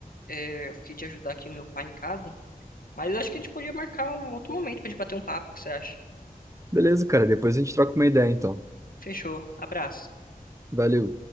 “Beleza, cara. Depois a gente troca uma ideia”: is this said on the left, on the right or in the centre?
Right